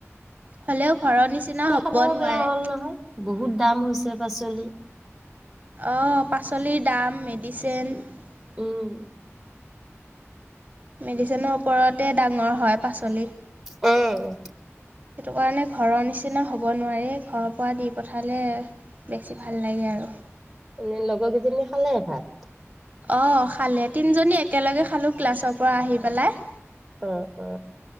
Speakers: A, on the right; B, in the centre.
A: হেল্ল'। ঘৰৰ নিচিনা
B: এই
A: হ'ব
B: খাবও
A: নোৱাৰে।
B: বেয়া হ'ল নহয় বহুত দাম হৈছে পাচলি।
A: অ', পাচলিৰ দাম <unintelligible>
B: উম উম
A: মেডিচিনৰ ওপৰতে ডাঙৰ হয় পাচলি।
B: অ'।
A: সেইটো কাৰণে ঘৰৰ নিচিনা হ'ব নোৱাৰে, ঘৰৰ পৰা দি পঠালে বেছি ভাল লাগে আৰু।
B: এনে লগৰ কেইজনীয়ে খালে ভাত?
A: অ খালে তিনিজনী একেলগে খালো ক্লাছৰ পৰা আহি পেলাই।
B: অ অ।